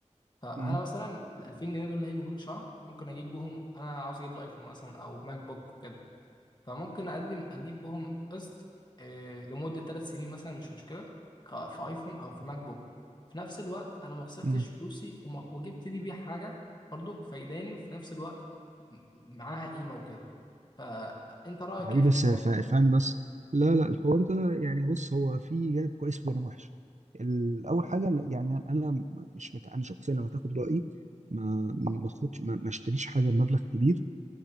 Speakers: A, on the left (about 35°); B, on the right (about 65°).
A: فانا
B: مم.
A: مثلا ال 2000 جنيه دول اللي هيجوا كل شهر ممكن اجيب بهم انا عاوز اجيب لي ايفون مثلا او ماك بوك فممكن اقدم اجيب بهم قسط آه، لمده ثلاث سنين مثلا مش مشكله ك- في ايفون او في ماك بوك في نفس الوقت انا ما خسرتش
B: مم.
A: فلوسي وما- وجبت لي بيه حاجه برضو فايداني وفي نفس الوقت م- معاها قيمه وكده فانت رايك
B: حبيبي
A: ايه في
B: بس
A: الحوار
B: ف-
A: ده
B: فاهم بس لا لا الحوار ده يعني بص هو فيه جانب كويس وجانب وحش ال- اول حاجه يعني انا مش مت... انا شخصيا لو هتاخد رايي ما ما اخدش ما, ما اشتريش حاجه بمبلغ كبير